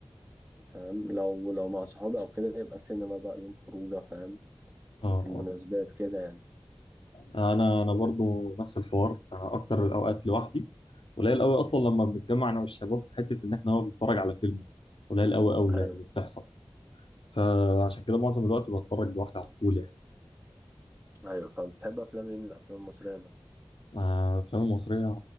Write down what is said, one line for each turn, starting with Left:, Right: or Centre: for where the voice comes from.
Right: فاهم لو لو مع صحابي أو كده يبقى سينما بقى يوم خروجة فاهم
Left: اه
Right: في المناسبات كده يعني
Left: اه انا انا برضو نفس الحوار انا اكتر الاوقات لوحدي قليل قوي اصلا لما بنتجمع انا والشباب في حته ان احنا نقعد نتفرج على فيلم قليل قوي قوي
Right: أيوه
Left: يعني اللي بتحصل فعشان كده معظم الوقت بتفرج لوحدي على طول يعني
Right: أيوه فاهم بتحب أفلام إيه من الأفلام المصرية مثلا؟
Left: آه، الافلام المصريه